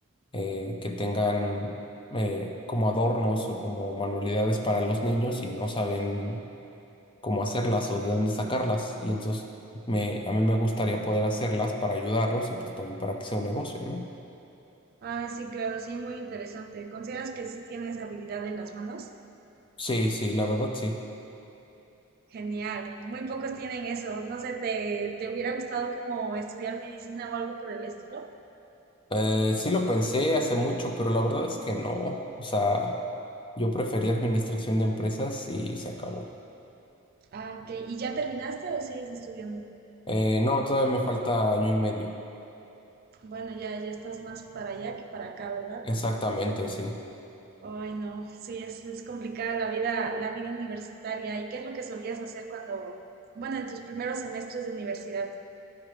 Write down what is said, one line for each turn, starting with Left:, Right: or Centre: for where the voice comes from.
Left: eh, que tengan eh, como adornos o como manualidades para los niños y no saben cómo hacerlas o de dónde sacarlas. Y entonces me, a mí me gustaría poder hacerlas para ayudarlos y pues también para que sea un negocio, ¿no?
Right: Ah, sí, claro, sí, muy interesante. ¿Consideras que sí tienes habilidad en las manos?
Left: Sí, sí, la verdad sí.
Right: Genial, muy pocos tienen eso. No sé, ¿te, te hubiera gustado como estudiar medicina o algo por el estilo?
Left: Eh, sí lo pensé hace mucho, pero la verdad es que no. O sea, yo preferí administración de empresas y se acabó.
Right: Ah, ok. ¿Y ya terminaste o sigues estudiando?
Left: Eh, no, todavía me falta año y medio.
Right: Bueno, ya, ya estás más para allá que para acá, ¿verdad?
Left: Exactamente, sí.
Right: Ay, no, sí, es, es complicada la vida, la vida universitaria. ¿Y qué es lo que solías hacer cuando, bueno, en tus primeros semestres de universidad?